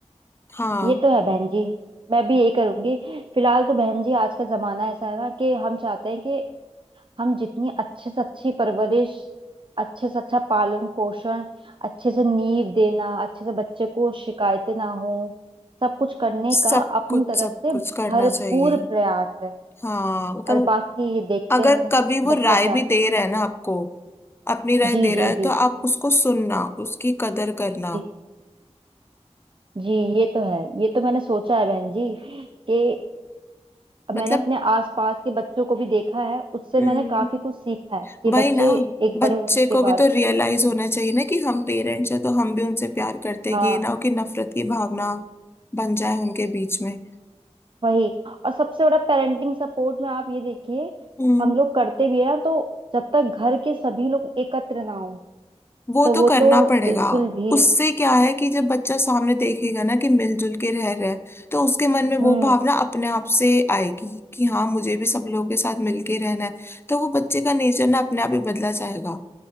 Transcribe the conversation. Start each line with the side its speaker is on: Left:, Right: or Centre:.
Left: हाँ
Right: ये तो है बहन जी मैं भी यही करूंगी फिलहाल तो बहन जी आज का जमाना ऐसा है ना कि हम चाहते हैं कि हम जितनी अच्छे से अच्छी परवरिश अच्छे से अच्छा पालन पोषण अच्छे से नींव देना अच्छे से बच्चे को शिकायतें ना हो सब कुछ करने
Left: सब
Right: का अपनी
Left: कुछ
Right: तरफ
Left: सब
Right: से
Left: कुछ करना
Right: भरपूर
Left: चाहिए
Right: प्रयास है
Left: हाँ मतलब
Right: और बाकी ये देखते
Left: अगर
Right: हैं
Left: कभी वो
Right: बच्चा
Left: राय
Right: क्या
Left: भी दे रहा है ना आपको अपनी राय
Right: जी
Left: दे रहा
Right: जी
Left: है तो
Right: जी
Left: आप उसको सुनना उसकी कदर करना
Right: जी जी ये तो है ये तो मैंने सोचा है बहन जी कि
Left: मतलब
Right: मैंने अपने आसपास के बच्चों को भी देखा है उससे
Left: हम्म,
Right: मैंने काफी कुछ सीखा है कि
Left: वही
Right: बच्चे
Left: ना
Right: एक
Left: बच्चे
Right: बड़े होने
Left: को
Right: के बाद
Left: भी तो रियलाइज होना चाहिए ना कि हम पेरेंट्स हैं तो हम भी उनसे प्यार करते
Right: हाँ
Left: हैं ये ना हो कि नफरत की भावना बन जाए उनके बीच में
Right: वही और सबसे बड़ा पेरेंटिंग सपोर्ट में आप ये देखिए
Left: हम्म
Right: हम लोग करते भी है ना तो जब तक घर के सभी लोग एकत्र ना हो
Left: वो
Right: तो
Left: तो
Right: वो
Left: करना
Right: तो
Left: पड़ेगा
Right: बिल्कुल भी
Left: उससे क्या है कि जब बच्चा सामने देखेगा ना कि मिलजुल के रह रहे हैं तो उसके मन
Right: हम्म
Left: में वो भावना अपने आप से आएगी कि हाँ मुझे भी सब लोगों के साथ मिलके रहना है तो वो बच्चे का नेचर ना अपने आप ही बदला जाएगा